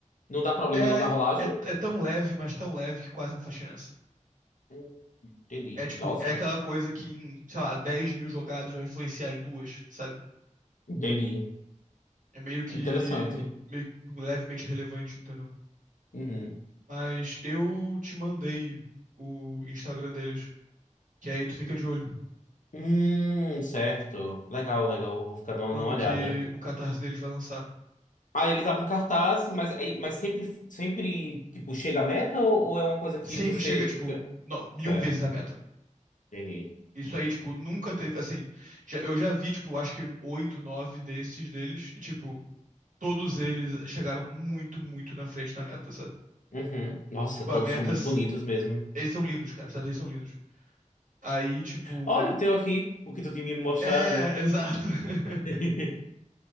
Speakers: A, on the left; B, on the right.
A: Não dá problema
B: É,
A: não na rolagem?
B: é, é tão leve, mas tão leve que quase não faz diferença.
A: Hum, Entendi.
B: É tipo,
A: Nossa,
B: é aquela coisa que em, sei lá, dez mil jogadas vai influenciar em duas, sabe?
A: entendi.
B: É meio que,
A: Interessante.
B: meio que levemente relevante, entendeu?
A: Uhum.
B: Mas eu te mandei o Instagram deles, que aí tu fica de olho
A: Hum, certo. Legal, legal. Vou ficar dando
B: quando
A: uma olhada.
B: que o catarse deles vai lançar.
A: Ah, eles abrem um cartaz, mas, aí- mas sempre, sempre, tipo, chega a meta ou, ou é uma coisa que
B: Sempre
A: você
B: chega,
A: tem
B: tipo,
A: que...
B: no- mil
A: Certo,
B: vezes a meta.
A: entendi.
B: Isso aí, tipo, nunca teve, assim, já- eu já vi, tipo, acho que oito, nove desses deles, e, tipo, todos eles chegaram muito, muito na frente da meta, sabe?
A: Uhum. Nossa,
B: Tipo,
A: todos
B: a meta,
A: são muito bonitos mesmo.
B: eles são lindos, cara, os dados deles são lindos. Aí, tipo,
A: Olha o teu aqui, o que tu tinha me mostrado.
B: é, exato. <laughs>
A: <laughs>